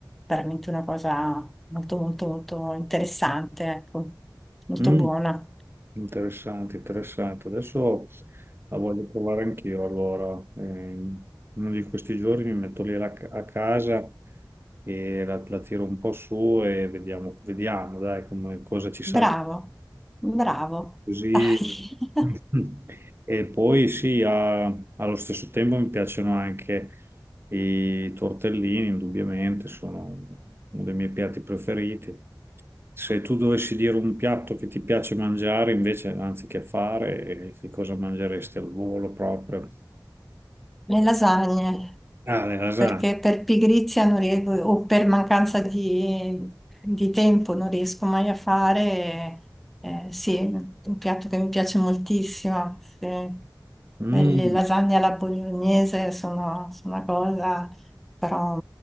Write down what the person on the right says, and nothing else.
Mm.
Interessante, interessante. Adesso la voglio provare anch'io. Allora, Ehm, uno di questi giorni mi metto lì alla- a casa e la, la tiro un po' su e vediamo, vediamo, dai, come, cosa ci salta.
Così.
<laughs> E poi sì, a- allo stesso tempo mi piacciono anche i tortellini, indubbiamente, sono uno dei miei piatti preferiti. Se tu dovessi dire un piatto che ti piace mangiare invece, anziché fare, eh, che cosa mangeresti al volo proprio?
Ah, le lasagne.
Mm,